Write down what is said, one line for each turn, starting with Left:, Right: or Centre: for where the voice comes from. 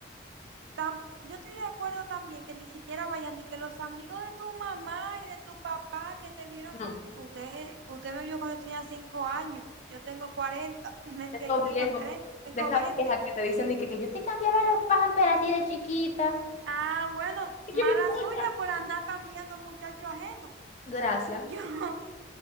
Right: tam- yo estoy de acuerdo también que ni siquiera vayan ni que los amigos de tu mamá y de tu papá que te vieron,
Left: No.
Right: usted, usted me vio cuando yo tenía cinco años, yo tengo 40 <laughs> mentira,
Left: De esos
Right: yo tengo
Left: viejos,
Right: 30 yo
Left: de
Right: tengo
Left: esas
Right: veinte
Left: viejas que te dicen de que, que yo te cambiaba los pampers a ti de chiquita.
Right: Ah, bueno,
Left: ¿Y
Right: mala
Left: qué me importa?
Right: suya por andar cambiando muchacho ajeno.
Left: Gracias.
Right: Yo, <laughs>